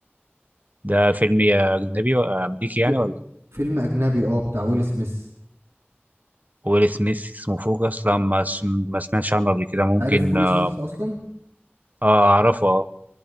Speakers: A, on the right (about 40°); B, on the right (about 80°).
A: ده فيلم يا اجنبي ولا امريكي يعني
B: في-
A: ولا
B: فيلم اجنبي اه بتاع ويل سميث
A: ويل سميث اسمه فوكس لا ما, س- ما سمعتش عنه قبل كده ممكن
B: عارف ويل
A: اه,
B: سميث اصلا
A: آه اعرفه اه